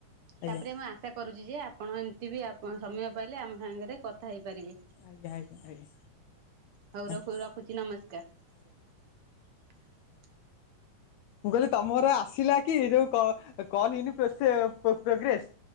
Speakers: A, on the left; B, on the right.
A: ଆଜ୍ଞା
B: ତାପରେ ମୁଁ ଆଶା କରୁଛି ଜି ଯେ ଆପଣ ଏମିତି ବି ସମୟ ପାଇଲେ ଆମ ସାଙ୍ଗରେ କଥା ହେଇ ପାରିବେ
A: ଆଜ୍ଞା ଆଜ୍ଞା ଆଜ୍ଞା
B: ହଉ
A: ଆଜ୍ଞା
B: ରଖ ରଖୁଛି ନମସ୍କାର
A: ମୁଁ କହିଲି ତମର ଆସିଲା କି ଯୋଉ କନ ଇନ ପ୍ରୋଗ୍ରେସ୍